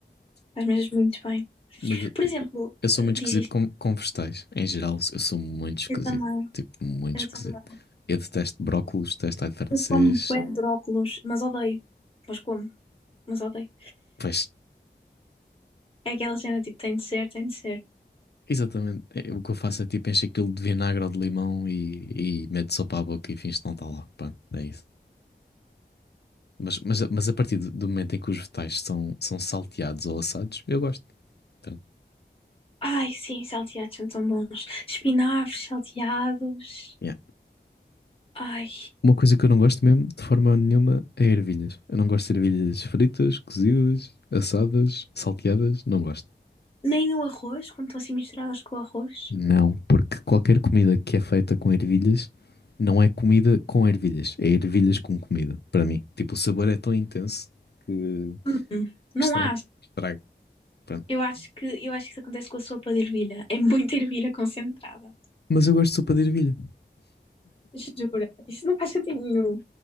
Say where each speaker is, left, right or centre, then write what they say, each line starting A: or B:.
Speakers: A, on the left (about 30°); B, on the left (about 65°).
A: Faz mesmo muito bem.
B: Mas eu,
A: Por
B: eu-
A: exemplo,
B: eu sou
A: eh,
B: muito
A: diz
B: esquisito
A: isto.
B: com, com vegetais. Em geral, eu sou muito esquisito.
A: Eu também,
B: Tipo, muito
A: eu
B: esquisito.
A: também.
B: Eu detesto brócolos, detesto alho francês.
A: Eu como bué de Hum, brócolos, mas odeio. Mas como, mas odeio.
B: Pois,
A: É aquela cena tipo, tem de ser, tem de ser.
B: Exatamente. É, O que eu faço é tipo encho aquilo de vinagre ou de limão e, e meto sopa à boca e finge que não está lá. Pronto, é isso. Mas, mas, mas a partir do do momento em que os vegetais são, são salteados ou assados, eu gosto. Pronto.
A: Ai, sim, salteados são tão bons. Espinafres salteados.
B: Yeah.
A: Ai,
B: Uma coisa que eu não gosto mesmo, de forma nenhuma, é ervilhas. Eu não gosto de ervilhas fritas, cozidas, assadas, salteadas, não gosto.
A: nem no arroz, quando estão assim misturadas com o arroz.
B: Não, porque qualquer comida que é feita com ervilhas não é comida com ervilhas, é ervilhas com comida, para mim. Tipo, o sabor é tão intenso que
A: Hum, não
B: que estraga,
A: acho.
B: que estraga. Pronto,
A: Eu acho que, eu acho que isso acontece com a sopa de ervilha. É muita ervilha concentrada.
B: Mas eu gosto de sopa de ervilha.
A: Jura, isso não faz sentido nenhum.